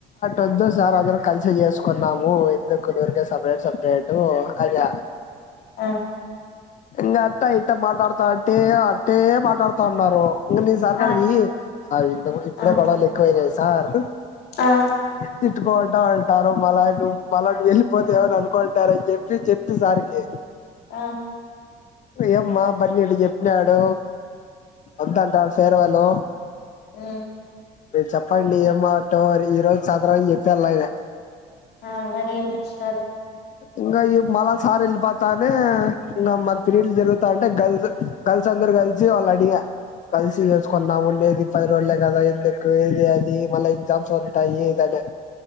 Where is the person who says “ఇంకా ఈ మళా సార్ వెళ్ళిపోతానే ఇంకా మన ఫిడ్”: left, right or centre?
Left